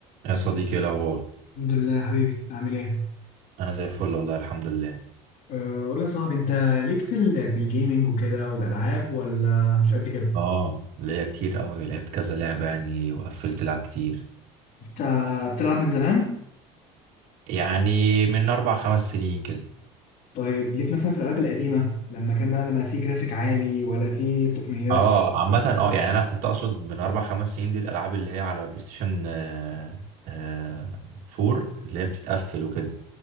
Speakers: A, on the right; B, on the left.
A: يا صديقي ايه الاخبار
B: الحمد لله يا حبيبي عامل ايه؟
A: انا زي الفل والله الحمد لله
B: أه قول يا صاحبي انت ليك في ال في الجيمنج وكده والالعاب ولا مش قد كده؟
A: اه ليا كتير قوي لعبت كذا لعبه يعني وقفلت لعب كتير
B: انت بتلعب من زمان؟
A: يعني من اربع خمس سنين كده
B: طيب ليك مثلا في الالعاب القديمه لما كان بقى لما في جرافيك عالي ولا في تقنيات
A: اه عامه اه يعني انا كنت اقصد من اربع خمس سنين دي الالعاب اللي هي على بلاي ستيشن آه، آه، 4 اللي هي بتتقفل وكده